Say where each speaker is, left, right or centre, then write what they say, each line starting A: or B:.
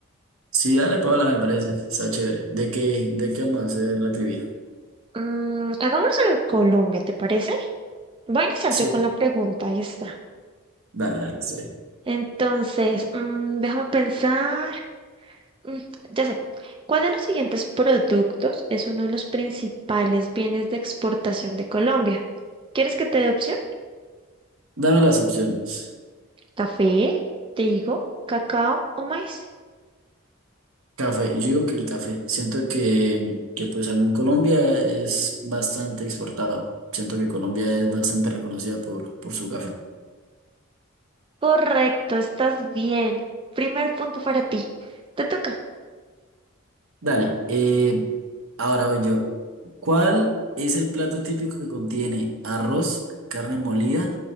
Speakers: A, on the right (about 80°); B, on the right (about 25°).
A: Sí, dale Paola, me parece, está chévere. ¿De qué, de qué vamos a hacer la trivia?
B: Mm, hagámoslo en Colombia, ¿te parece? Voy a iniciar
A: Sí,
B: yo con la pregunta, ahí está.
A: dale, dale, está
B: Entonces, mm, déjame pensar. Mm, ya sé, ¿cuál de los siguientes productos es uno de los principales bienes de exportación de Colombia? ¿Quieres que te dé opciones?
A: Dame las opciones.
B: ¿Café, trigo, cacao o maíz?
A: Café, yo digo que el café. Siento que, que pues en Colombia es bastante exportado. Siento que Colombia es bastante reconocida por, por su café.
B: Correcto, estás bien. Primer punto para ti. Te toca.
A: Dale, eh, ahora voy yo. ¿Cuál es el plato típico que contiene arroz, carne molida,